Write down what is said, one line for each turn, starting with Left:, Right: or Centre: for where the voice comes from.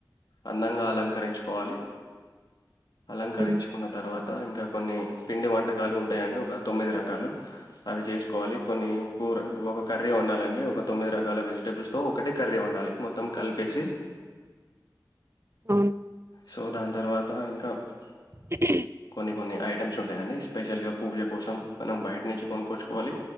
Left: అందంగా అలంకరించుకోవాలి. అలంకరించుకున్న
Right: హ్మ్.
Left: తర్వా. త ఇంకా కొన్ని పిండి వంటకాలు ఉంటాయి. అండి ఒక తొమ్మిది రకాలు అవి చేసుకోవాలి. కొన్ని. ఒక కర్రీ ఉండాలండి. ఒక తొమ్మిది రకాల వెజిటబుల్స్ తో ఒకటి కర్రీ ఉండాలి. మొత్తం కలిపేసి.
Right: అవును.
Left: సో దాని తర్వాత ఇంకా.
Right: హు హు.
Left: కొన్ని కొన్ని ఐటమ్స్ ఉంటాయి. అండి స్పెషల్ గా పూజ కోసం మనం బయట నుంచి కొనుకోచువాలి.